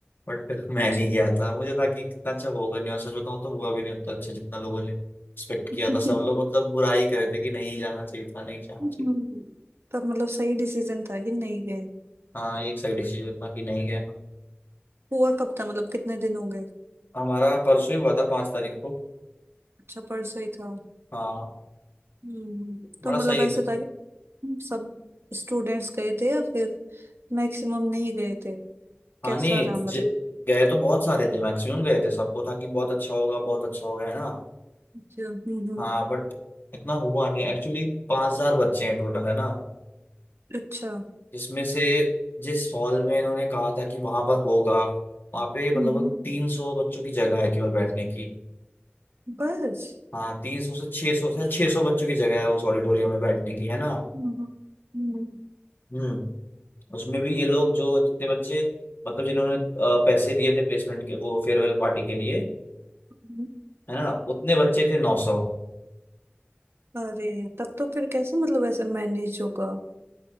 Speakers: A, on the left; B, on the right.
A: बट मैं
B: अच्छा
A: नहीं गया था मुझे था कि कितना अच्छा होगा नहीं और सच बताऊं तो हुआ भी नहीं उतना अच्छा जितना लोगों ने एक्सपेक्ट किया
B: <laughs>
A: था सब लोग मतलब बुराई कर रहे थे कि नहीं जाना चाहिए था नहीं जाना
B: हम्म,
A: चाहिए था
B: तब मतलब सही डिसीजन था कि नहीं गए
A: हाँ ये एक सही डिसीजन था कि नहीं गया हम।
B: हुआ कब था मतलब कितने दिन हो गए
A: हमारा परसों ही हुआ था पांच तारीख को
B: अच्छा परसों ही था
A: हाँ
B: हम्म तो
A: बड़ा
B: मतलब
A: सही
B: ऐसे
A: था
B: था कि सब स्टूडेंट्स गए थे या फिर मैक्सिमम नहीं गए थे
A: हाँ
B: कैसा
A: नहीं
B: रहा
A: ज-
B: मतलब
A: गए तो बहुत सारे थे मैक्सिमम गए थे सबको था कि बहुत अच्छा होगा बहुत अच्छा होगा है ना
B: अच्छा हम्म हम्म
A: हाँ बट इतना हुआ नहीं एक्चुअली पांच हजार बच्चे हैं टोटल है ना
B: अच्छा
A: जिसमें से जिस हॉल में इन्होंने कहा था कि वहां पर होगा वहां पे
B: हम्म
A: मतलब तीन सौ बच्चों की जगह है केवल बैठने की
B: बस
A: हाँ तीन सौ से छह सौ से छह सौ बच्चों की जगह है उस ऑडिटोरियम में बैठने की है ना
B: हम्म हम्म,
A: हम्म उसमें भी ये लोग जो जितने बच्चे मतलब जिन्होंने अ, पैसे दिए थे प्लेसमेंट के वो फेयरवेल पार्टी के लिए
B: हम्म।
A: है ना उतने बच्चे थे नौ सौ
B: अरे तब तो फिर कैसे मतलब ऐसे मैनेज होगा